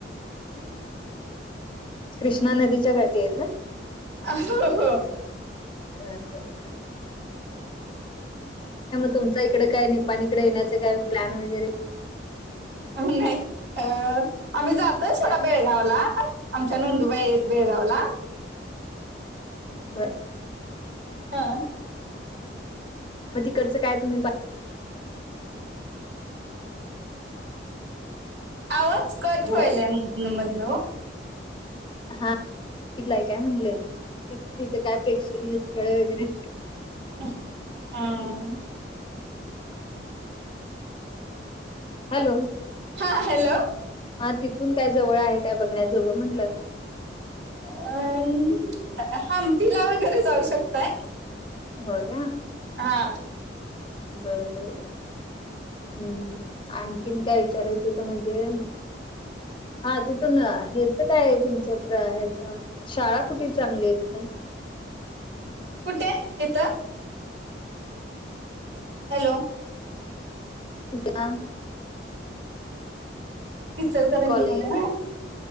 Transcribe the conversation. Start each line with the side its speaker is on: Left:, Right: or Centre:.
Right: हम...
Left: कृष्णा नदीच्या गठी आहेत ना..
Right: हो
Left: बर, बर, बर..
Right: भ
Left: तुमच्या इकडं काय निपाणी इकडे येण्याचं काय प्लॅन वगैरे,,
Right: आ, अ... आम्ही जातोय थोडा
Left: काय
Right: बेळगाव ला आमच्या नोंदूबाई आहेत बेळगावला.
Left: बर.
Right: हा,
Left: मग तिकडचं काय तुम्ही?
Right: आवाज कट
Left: पाहिलंय
Right: होईलय मधून मधून,
Left: हा तिकलाय काय म्हंटलं तिथं काय प्रेक्षणीय स्थळे वगैरे?
Right: हा....
Left: हॅलो,
Right: हा हॅलो..
Left: हा तिथून काय जवळ आहे काय बघण्याजोगं म्हंटलं..
Right: अं हमपिला वगैरे जाऊ शकताय.
Left: हो का...
Right: हा
Left: बर, बर, बर हम्म... आणखीन काय विचारायचंत म्हणजे? हा तिथून ह्याच काय आहे तुमचं प्र ह्याच शाळा कुठे चांगली आहे तिथं?
Right: कुठे येतं? हॅलो.
Left: इ का..
Right: इचलकरंजी
Left: कॉलेज
Right: मध्ये